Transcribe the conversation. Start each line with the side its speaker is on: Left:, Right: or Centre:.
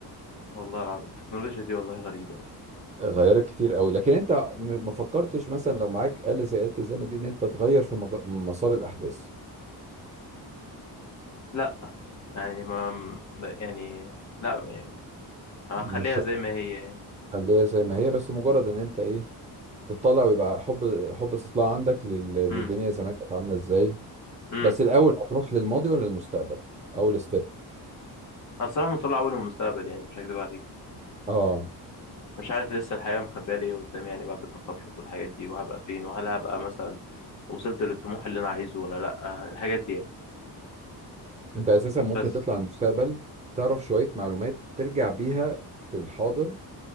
Left: والله العظيم التكنولوجيا دي والله غريبه يعني.
Right: غيرت كتير قوي لكن انت م- ما فكرتش مثلا لو معاك آلة زي آلة الزمن دي ان انت تغير في مج... مسار الاحداث
Left: لا يعني ما ما- يعني لا يعني هخليها
Right: مش
Left: زي ما هي يعني
Right: هتخليها زي ما هي بس مجرد ان انت ايه تطلع ويبقى حب حب استطلاع عندك لل... للدنيا
Left: امم
Right: زمان كانت عامله ازاي
Left: امم
Right: بس الاول هتروح للماضي ولا للمستقبل اول ستيب
Left: الصراحه مطلع اول المستقبل يعني مش هكدب عليك
Right: اه
Left: مش عارف لسه الحياة مخبية لي إيه قدام يعني بعد التخرج والحاجات دي وهبقى فين وهل هبقى مثلا وصلت للطموح اللي انا عايزه ولا لا الحاجات دي يعني.
Right: انت اساسا ممكن
Left: بس
Right: تطلع المستقبل تعرف شويه معلومات ترجع بيها في الحاضر